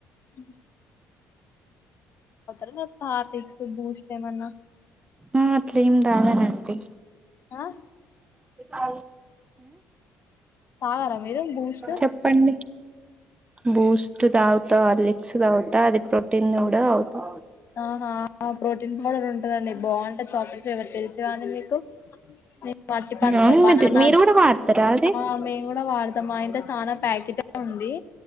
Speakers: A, on the left (about 45°); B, on the right (about 20°).
A: అ ఆ తర్వాత హార్లిక్స్ బూస్ట్ ఏమన్నా
B: ఆ అట్ల ఏం తాగనండి
A: ఆ
B: ఆ
A: తాగారా మీరు బూస్ట్
B: చెప్పండి బూస్ట్ దగుతా హార్లిక్స్ దవుతా అది ప్రోటీన్ ది కూడా తాగుతా
A: ఆహా ప్రోటీన్ పౌడర్ ఉంట ఉంటదండి బాగుంట చాక్లెట్ ఫ్లేవర్ తెలూసుగా మీకు నేను అరటి పండ్లు
B: అవును
A: బనన
B: మీరు మీరు కూడా వాడతారా అది
A: ఆ మేము కూడా వాడతామా మా ఇంట్లో చనా ప్యాకెట్ ఉంది